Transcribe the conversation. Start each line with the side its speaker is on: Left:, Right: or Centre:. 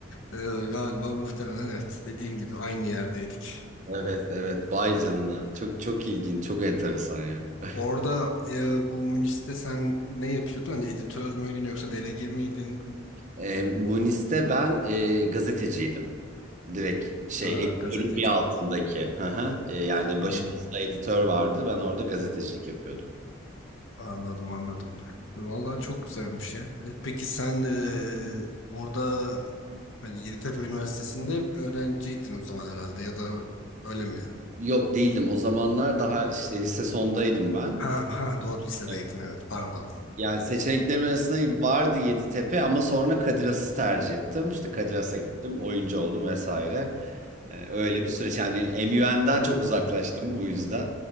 Left: e, galiba muhtemelen evet dediğin gibi aynı yerdeydik.
Right: Evet evet vay canına. Çok çok ilginç, çok enteresan ya. <laughs>
Left: Orada e, bu Münih'te sen ne yapıyordun? Hani editör müydün yoksa delege miydin?
Right: E, Munis'te ben e, gazeteciydim. Direkt şey
Left: Ha,
Right: editörün
Left: gazeteciydin.
Right: bir altındaki. Hı hı. E, yani
Left: Anladım.
Right: başımızda editör vardı. Ben orada gazetecilik yapıyordum.
Left: Anladım anladım. Vallahi çok güzelmiş ya. E, Peki sen e, orada hani Yeditepe Üniversitesi'nde öğrenciydin o zaman herhalde ya da öyle mi?
Right: Yok değildim. O zamanlar daha işte lise sondaydım ben.
Left: Ha, ha doğru lisedeydin
Right: Evet.
Left: evet pardon.
Right: Yani seçeneklerim arasında vardı Yeditepe ama sonra Kadiras'ı tercih ettim. İşte Kadiras'a gittim, oyuncu oldum vesaire. Ee, öyle bir süreç. Yani MUN'den çok uzaklaştım bu yüzden.